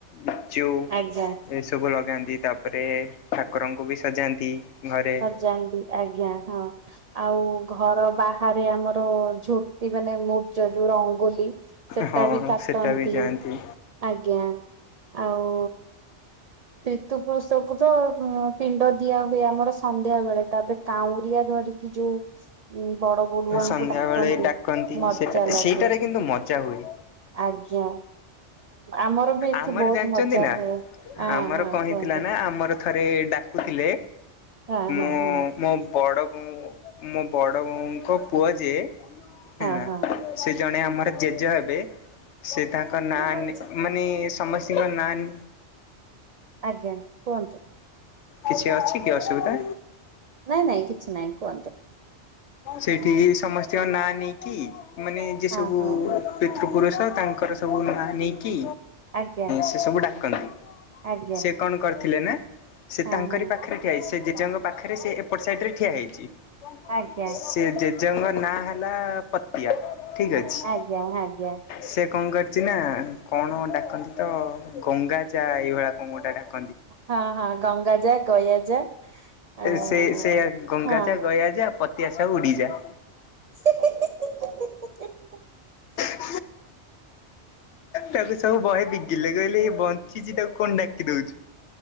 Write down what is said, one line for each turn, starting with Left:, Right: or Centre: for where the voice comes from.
Left: ଲିଚୁ
Right: ଆଜ୍ଞା
Left: ଏସବୁ ଲଗାନ୍ତି ତାପରେ ଠାକୁରଙ୍କୁ ବି ସଜାନ୍ତି। ଘରେ
Right: ଜାଣନ୍ତି ଆଜ୍ଞା ହଁ। ଆଉ ଘର ବାହାରେ ଆମର ଝୋଟି ମାନେ ମୁର୍ଜ ଯୋଉଁ ରଙ୍ଗୋଲି ସେଟା
Left: ହଁ
Right: ବି କାଟନ୍ତି
Left: ସେଟା ବି ଯାଆନ୍ତି
Right: ଆଜ୍ଞା। ଆଉ ପିତୃ ପୁରୁଷକୁ ତ ପିଣ୍ଡ ଦିଆ ହୁଏ ଆମର ସନ୍ଧ୍ୟା ବେଳେ ତାପରେ କାଉଁରିଆ ଧରିକି ଯୋଉଁ ବଡ ବଡୁଆଙ୍କୁ
Left: ସନ୍ଧ୍ୟାବେଳେ
Right: ଡାକନ୍ତି
Left: ଡାକନ୍ତି
Right: ମଜା
Left: ସେଟା
Right: ଲାଗେ
Left: ସେଇଟାରେ କିନ୍ତୁ ମଜା ହୁଏ
Right: ଆ ଜ୍ଞା। ଆମର ବି ଏଠି
Left: ଆମର
Right: ବହୁତ
Left: ଜାଣିଛନ୍ତି
Right: ମଜା
Left: ନା
Right: ହୁଏ ହଁ
Left: ଆମର
Right: ହଁ
Left: କଣ ହେଇଥିଲା
Right: କୁହନ୍ତୁ।
Left: ନା ଆମର ଥରେ ଡାକୁଥିଲେ
Right: ହଁ ହଁ
Left: ମୁଁ
Right: ହଁ
Left: ମୋ ବଡ ମୁଁ ମୋ ବଉଙ୍କ ପୁଅ ଯେ ହେଲା
Right: ହଁ
Left: ସେ ଜଣେ ଆମର ଜେଜେ ହେବେ ସେ ତାଙ୍କ ନାଁ
Right: ହଁ।
Left: ନେ ମାନେ ସେ ନାନ
Right: ଆଜ୍ଞା କୁହନ୍ତୁ।
Left: କିଛି ଅଛି କି ଅସୁବିଧା?
Right: ନାଇଁ ନାଇଁ କିଛି ନାଇଁ କୁହନ୍ତୁ।
Left: ସେଇଠି ସମସ୍ତଙ୍କ ନାଁ ନେଇକି ମାନେ ଯିଏ
Right: ହଁ
Left: ସବୁ
Right: ହଁ ହଁ
Left: ପିତୃ ପୁରୁଷ ତାଙ୍କର ସବୁ ନା ନେଇକି
Right: ଆଜ୍ଞା
Left: ସେ ସବୁ ଡାକନ୍ତି
Right: ଆଜ୍ଞା
Left: ସେ କଣ କର ଥିଲେ ନା ସେ
Right: ହଁ
Left: ତାଙ୍କରି
Right: ହଁ
Left: ପାଖରେ ଠିଆ ହେଇଛି ସେ ଜେଜେଙ୍କ ପାଖରେ ସେ ଏପଟ ସାଇଡ ରେ ଠିଆ ହେଇଛି
Right: ଆଜ୍ଞା।
Left: ସେ ଜେଜେଙ୍କ ନାଁ ହେଲା ପତିଆ। ଠିକ ଅଛି
Right: ଆଜ୍ଞା ଆଜ୍ଞା ।
Left: ସେ କଣ କରିଛି ନା କଣ ଡାକନ୍ତି ତ ଗଙ୍ଗା ଯା ଏଇଭଳି କଣ ଗୋଟେ ଡାକନ୍ତି।
Right: ହଁ ହଁ ଗଙ୍ଗା ଯା ଗୟା ଯା ଆଉ
Left: ସେ ସେ ଗଙ୍ଗା
Right: ହଁ।
Left: ଯା ଗୟା ଯା ପତିଆସାଉ ଉଡିଯା।
Right: ହି ହି଼ ହିଁ ହିଁ
Left: <inaudible> ତାକୁ ସବୁ ବହେ ବିଗିଲେ କହିଲେ ବଞ୍ଚିଛି ତାକୁ କଣ ଡାକି ଦଉଛୁ।